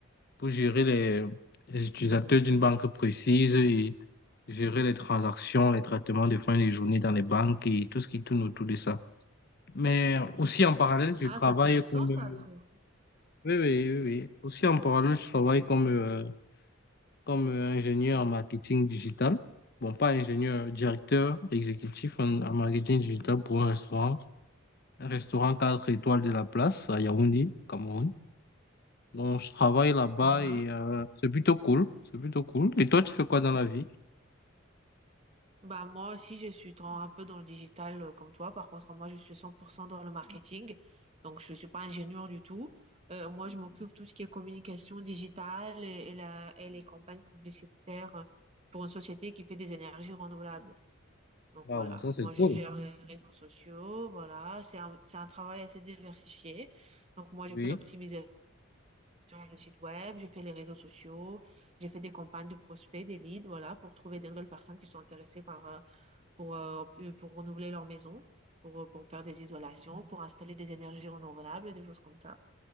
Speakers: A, on the left; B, on the right.
A: pour gérer les, les utilisateurs d'une banque précise et gérer les transactions, les traitements de fin de journée dans les banques et tout ce qui tourne autour de ça. Mais aussi en parallèle, je
B: Ah,
A: travaille
B: c'est intéressant
A: comme...
B: ça.
A: euh,
B: c'est-
A: Oui, oui, oui, oui. Aussi en parallèle, je travaille comme, euh, comme euh, ingénieur en marketing digital. Bon, pas ingénieur, directeur exécutif en, en marketing digital pour un restaurant. Un restaurant 4 étoiles de la place à Yaoundé, Cameroun. Donc, je travaille là-bas
B: Ah,
A: et
B: ah.
A: euh, c'est plutôt cool. C'est plutôt cool. Et toi, tu fais quoi dans la vie?
B: Bah moi aussi, je suis dans- un peu dans le digital euh, comme toi. Par contre, moi, je suis 100% dans le marketing. Donc, je ne suis pas ingénieur du tout. Euh, moi, je m'occupe de tout ce qui est communication digitale et, et la- et les campagnes publicitaires euh, pour une société qui fait des énergies renouvelables. Donc,
A: Waouh,
B: voilà.
A: ça c'est
B: Moi, je
A: cool.
B: gère les réseaux sociaux. Voilà. C'est un, c'est un travail assez diversifié. Donc, moi, j'ai
A: Oui.
B: fait l'optimisation du site web, j'ai fait les réseaux sociaux, j'ai fait des campagnes de prospects, des leads, voilà, pour trouver des nouvelles personnes qui sont intéressées par... euh, pour, euh, pour renouveler leur maison, pour, euh, pour faire des isolations, pour installer des énergies renouvelables, des choses comme ça.